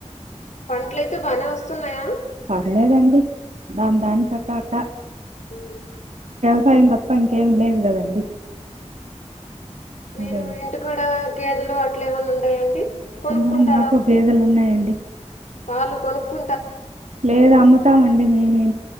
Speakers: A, on the left; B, on the right.
A: పంటలే లేస్తే బానే వస్తున్నాయా
B: పర్లేదండి దాని దానికట్ట అట
A: హ్మ్
B: సాయం తప్ప ఇంకేం లేదు కదండి
A: మీరు
B: అదండి.
A: ఇంటి కూడ గేదెలు అట్ ట్లా ఏమన్న ఉన్నాయాండి కొనుక్కుంటారా
B: ఆ! మాకు గేదెలున్నాయండి.
A: పాలు కొనుక్కు
B: లేదు అమ్ముతామండి మేము